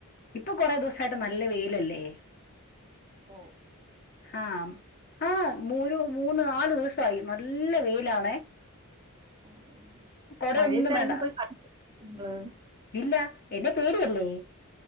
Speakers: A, on the left; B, on the right.
A: ഇപ്പൊ കൊറെ ദിവസായിട്ട് നല്ല വെയിലല്ലേ
B: ഓഹ്
A: ആഹ് ആഹ് മൂ മൂന്ന് നാലൂസായി നല്ല വെയിലാണേ
B: ഓഹ്
A: കൊടയൊന്നും
B: മഴയത്ത് എറങ്ങിപ്പോയി
A: വേണ്ട
B: കളിക്കോ കുഞ്ഞുങ്ങള്
A: ഇല്ല എന്നെ പേടി അല്ലേ